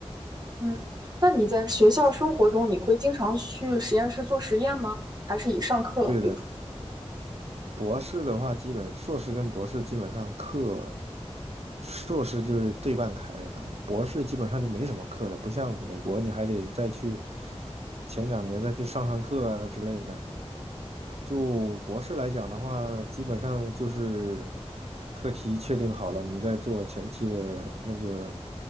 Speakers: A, on the right; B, on the right.
A: 嗯，那你在学校生活中，你会经常去实验室做实验吗？还是以上课为主？
B: 对的。博士的话，基本硕士跟博士基本上课，硕士就是对半开的了，博士基本上就没什么课了，不像美国，你还得再去前两年再去上上课啊之类的。就博士来讲的话，基本上就是课题确定好了，你再做前期的那个